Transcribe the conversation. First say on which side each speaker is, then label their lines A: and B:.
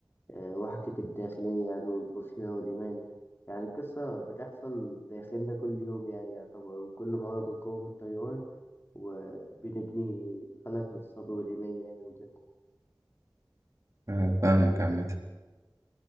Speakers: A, on the left; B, on the right.
A: آه، وحدة الداخلية يعني والبوصيرة والإيمان يعني القصة بتحصل داخلنا كل يوم يعني يعتبر وكل مرة بنقاوم التيار وبنبني فلك من الصبر والإيمان يعني وبنبني
B: آه، فاهمك عامة